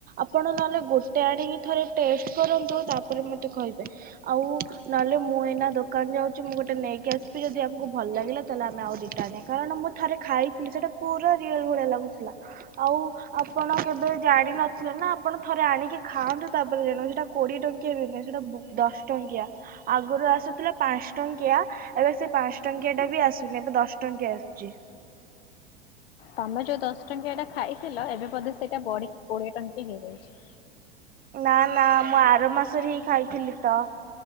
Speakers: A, on the right; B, on the left.
A: ଆପଣ ନହେଲେ ଗୋଟେ ଆଣିକି ଥରେ ଟେଷ୍ଟ କରନ୍ତୁ ତାପରେ ମତେ କହିବେ। ଆଉ ନହେଲେ ମୁଁ ଏଇନା ଦୋକାନ ଯାଉଚି। ମୁଁ ଗୋଟେ ନେଇକି ଆସିବି ଯଦି ଆମକୁ ଭଲ ଲାଗିଲା ତାହେଲେ ଆମେ ଆଉ ଦିଟା ଆଣିବା। କାରଣ ମୁଁ ଥରେ ଖାଇଥିଲି ସେଇଟା ପୁରା ରିଅଲ ଭଳିଆ ଲାଗୁଥିଲା। ଆଉ ଆପଣ କେବେ ଜାଣିନଥିଲେ ନା ଆପଣ ଥରେ ଆଣିକି ଖାଆନ୍ତୁ ତାପରେ ଜାଣ ସେଇଟା କୋଡିଏ ଟଙ୍କିଆ ବି ନାହିଁ ସେଇଟା ଦଶ ଟଙ୍କିଆ। ଆଗରୁ ଆସୁଥିଲା ପାଞ୍ଚ ଟଙ୍କିଆ। ଏବେ ସେ ପାଞ୍ଚ ଟଙ୍କିଆ ଟା ବି ଆସୁନି ଏବେ ଦଶ ଟଙ୍କିଆ ଆସୁଚି।
B: ତମେ ଯଉ ଦଶ ଟଙ୍କିଆ ଟା ଖାଇଥିଲ ଏବେ ବୋଧେ ସେଇଟା ବଢିକି କୋଡିଏ ଟଙ୍କି ହେଇଯାଇଚି।
A: ନା ନା ମୁଁ ଆର ମାସରେ ହିଁ ଖାଇଥିଲି ତ।